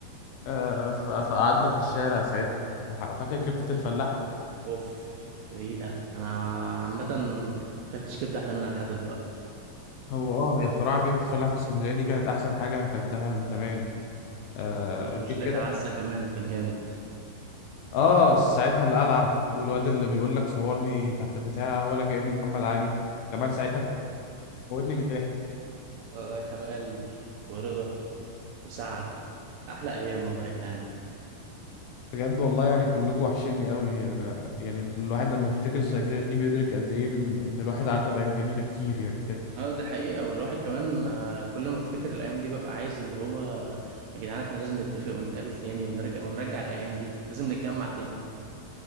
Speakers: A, on the left; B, on the right.
A: آه ف- فقعدنا في الشارع ساعتها لح- فاكر كبده الفلاح
B: اوف أوف، ايه ده انا عامه ما اكلتش كبده احلى منها لحد دلوقتي
A: هو اه هي بصراحه كبده الفلاح في اسكندريه دي كانت احسن حاجه انا اكلتها من زمان آه غير
B: وجلاتي
A: كده
B: عزه كمان كان جامد
A: اه ساعتها القلعة والواد اللي بيقول لك صورني تحت البتاع ولا كأنه محمد علي كمال ساعتها موتني من الضحك
B: آه، كمال ورضا وسعد احلى ايام والله يا جدعان
A: بجد والله يعني كلكم وحشني قوي انا يعني الواحد لما بيفتكر الذكريات دي بيدرك قد ايه ان إن الواحد عدى بأيام جميلة كتير يعني بجد
B: اه ده حقيقة والواحد كمان آه، كل ما افتكر الايام دي ببقى عايز اللي هو يا جدعان احنا لازم نتفق ونتقابل تاني ونرجع ونرجع الايام دي لازم نتجمع تاني